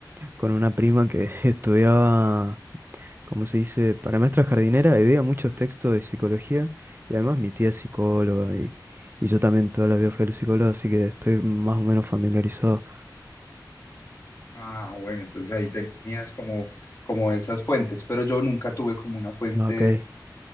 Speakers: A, on the right; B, on the left.
A: con una prima que <laughs> estudiaba, como se dice, para maestra jardinera y veía muchos textos de psicología y además mi tía es psicóloga y, y yo también toda la vida fui al psicólogo, así que estoy más o menos familiarizado.
B: ah, bueno, entonces ahí tenías como, como esas fuentes, pero yo nunca tuve como una fuente
A: Ah, Ok, es